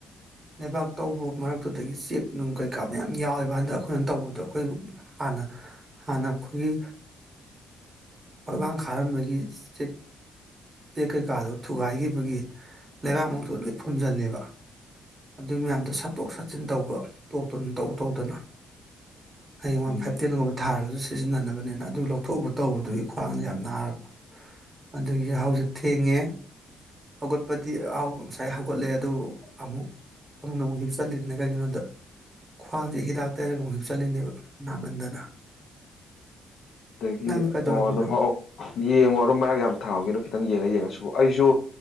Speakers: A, on the right; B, on the left.
A: ꯂꯩꯕꯥꯛ ꯇꯧꯕ ꯃꯔꯛꯇꯨꯗꯒꯤ ꯆꯦꯛ ꯅꯨꯡ ꯀꯩ ꯀꯥꯞꯄ ꯃꯌꯥꯝ ꯌꯥꯎꯋꯦꯕ ꯍꯟꯗ ꯑꯩꯈꯣꯏꯅ ꯇꯧꯕꯗꯣ ꯑꯩꯈꯣꯏ ꯍꯥꯟꯅ ꯍꯥꯟꯅ ꯑꯩꯈꯣꯏꯒꯤ ꯍꯛꯂꯥꯡ ꯈꯥꯔꯝꯕꯒꯤ ꯆꯦꯛ ꯆꯦꯛ ꯀꯩꯀꯥꯗꯣ ꯊꯨꯒꯥꯏꯈꯤꯕꯒꯤ ꯂꯩꯕꯥꯛꯃꯛꯇꯣ ꯂꯣꯏ ꯈꯨꯝꯖꯤꯜꯂꯦꯕ ꯑꯗꯨ ꯃꯌꯥꯝꯗꯣ ꯁꯠꯇꯣꯛ ꯁꯠꯆꯟ ꯇꯧꯕ ꯇꯨꯟ ꯇꯧ ꯇꯧꯗꯅ ꯍꯌꯦꯡ ꯋꯥꯟ
B: ꯎꯝ
A: ꯐꯥꯏꯚꯇꯦꯟꯒꯨꯝꯕ ꯊꯥꯔꯗꯨꯁꯤꯦ ꯁꯤꯖꯤꯟꯅꯅꯕꯅꯤꯅ ꯑꯗꯨ ꯂꯧꯊꯣꯛꯎꯕ ꯇꯧꯕꯗꯨꯒꯤ ꯈ꯭ꯋꯥꯡꯁꯦ ꯌꯥꯝ ꯅꯥꯔꯕ ꯑꯗꯨꯒꯤ ꯍꯧꯖꯤꯛ ꯊꯦꯡꯉꯦ ꯍꯧꯒꯠꯄꯗꯤ ꯉꯁꯥꯏ ꯍꯧꯒꯠꯂꯦ ꯑꯗꯨ ꯑꯃꯨꯛ ꯐꯗ ꯑꯃꯨꯛ ꯍꯤꯞꯆꯜꯂꯤꯗꯅ ꯀꯩꯒꯤꯅꯣꯗ ꯈ꯭ꯋꯥꯡꯁꯦ ꯍꯤꯗꯥꯛ ꯇꯩꯔꯒ ꯑꯃꯨꯛ ꯍꯞꯆꯠꯂꯤꯅꯦꯕ ꯅꯥꯃꯟꯗꯅ
B: ꯑꯗꯒꯤ
A: ꯅꯪꯅ ꯀꯩꯗꯧꯔꯝꯃꯤꯅꯣ
B: ꯑꯣ ꯑꯗꯨꯝꯐꯥꯎ ꯌꯦꯡꯉꯣ ꯑꯗꯨꯝ ꯃꯔꯛ ꯌꯥꯝ ꯊꯥꯒꯦꯗꯣ ꯈꯤꯇꯪ ꯌꯦꯡꯉ ꯌꯦꯡꯉꯁꯨ ꯑꯩꯁꯨ